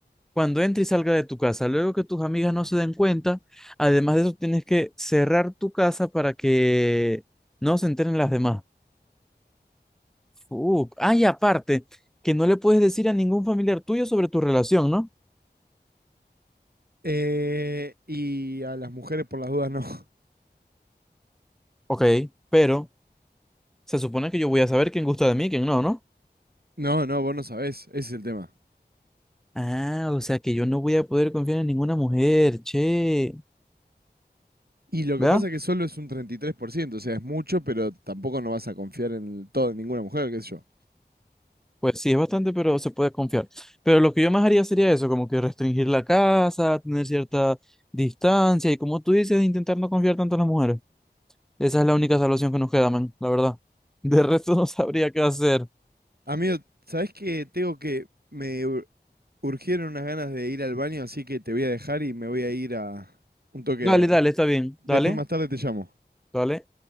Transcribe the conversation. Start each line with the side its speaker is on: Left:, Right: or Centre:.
Centre: cuando entre y salga de tu casa. Luego que tus amigas no se den cuenta. Además de eso, tienes que cerrar tu casa para que no se enteren las demás. Uh, ah, y aparte, que no le puedes decir a ningún familiar tuyo sobre tu relación, ¿no?
Right: Eh, y a las mujeres por las dudas no. <laughs>
Centre: Ok, pero se supone que yo voy a saber quién gusta de mí y quién no, ¿no?
Right: No, no, vos no sabés, ese es el tema.
Centre: Ah, o sea que yo no voy a poder confiar en ninguna mujer, che.
Right: Y lo que
Centre: ¿Verdad?
Right: pasa es que solo es un 33%, o sea, es mucho, pero tampoco no vas a confiar en todo en ninguna mujer, qué sé yo.
Centre: Pues sí, es bastante, pero se puede confiar. Pero lo que yo más haría sería eso, como que restringir la casa, tener cierta distancia y como tú dices, intentar no confiar tanto en las mujeres. Esa es la única salvación que nos queda, man, la verdad. De resto <laughs> no sabría qué hacer.
Right: Amigo, ¿sabés que Tengo que... Me ur- urgieron unas ganas de ir al baño, así que te voy a dejar y me voy a ir a un toque.
Centre: Dale, dale, está bien.
Right: Después
Centre: Dale,
Right: más tarde te llamo.
Centre: dale.